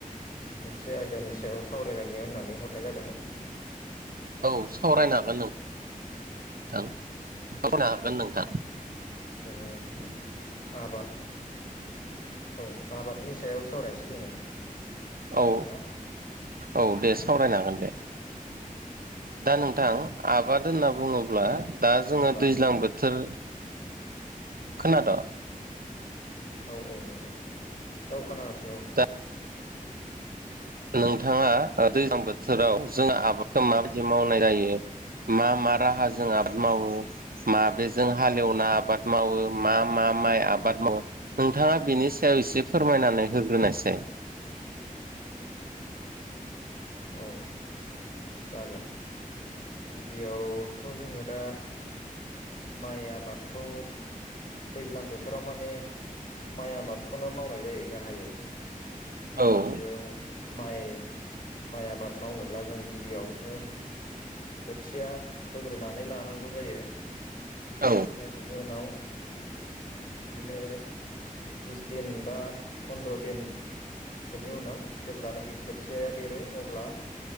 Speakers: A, on the left; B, on the right.
A: मोनसे आयदानि सायाव सावरायलायनो होननानै हरनाय जादोंमोन।
B: औ सावरायनो हागोन नों नोंथां। सावरायनो हागोन नोंथां।
A: जोङो आबाद औ आबादनि सायाव सावरायनोसै जोङो।
B: औ
A: ना
B: औ दे सावरायनो हागोन दे।
A: ए।
B: दा नोंथां आबाद होनना बुङोब्ला दा जोङो
A: आबाद
B: दैज्लां बोथोर। खोनाद'
A: औ औ औ नंगौ औ खोनागासिनो औ।
B: दा नोंथाङा दैज्लां बोथोराव जोंहा आबादखौ माबायदि मावनाय जायो मा मा राहाजों आबाद मावो माबेजों हालेवना आबाद मावो मा मा माइ आबाद माव नोंथाङा बिनि सायाव एसे फोरमायनानै होग्रोनायसाय
A: औ। औ। जागोन गिबियावथ' जोङो दा माइ आबादखौ दैज्लां बोथोराव माने माइ आबादखौनो मावनाय जायो गाहायै
B: औ
A: जों बेयाव माइ माइ आबाद मावनोब्ला जों गिबियावनो खोथिया फोग्रोनानै लानांगौ जायो।
B: औ
A: ओमफ्राय बेनि उनाव बिदिनो बिस दिन बा फन्द्र'दिन सोनि उनाव जेब्लानाखि खोथियाया देरो अब्ला